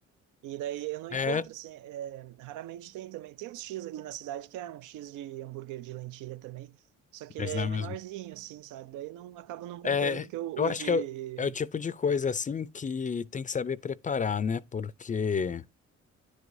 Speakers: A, on the right; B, on the left.
A: E daí eu não
B: É,
A: encontro, assim, é, raramente tem também. Tem uns X aqui na cidade que é um X de hambúrguer de lentilha também, só que
B: mas
A: ele é
B: não é
A: menorzinho,
B: mesmo.
A: assim, sabe? Daí não acabo não comprando
B: É,
A: porque o,
B: eu
A: o
B: acho
A: de.
B: que é, o é o tipo de coisa assim que tem que saber preparar, né? Porque